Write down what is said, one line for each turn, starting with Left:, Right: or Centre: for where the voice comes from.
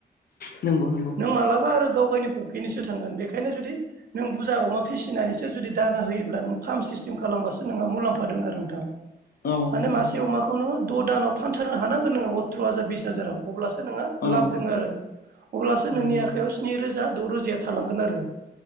Left: नंगौ नंगौ
Right: नों मालाबा आरो गाव गावनि फ केदनिसो थांगोन बेखायनो जुदि नों बुरजा अमा फिसिनानैसो जुदि दाना होयोब्ला नों फार्म सिस्टेम खालामबासो नोंहा मुलाम्फा दङ आरो नोंथां।
Left: औ
Right: माने
Left: नंगौ
Right: मासे अमाखौ नोङो द' दानाव फानथारनो हानांगोन नोङो अथ्र' हाजार बिस हाजाराव अब्लासो नोंहा
Left: औ
Right: लाब दङ आरो अब्लासो नोंनि
Left: नंगौ
Right: आखायाव स्नि रोजा द' रोजाया थालांगोन आरो।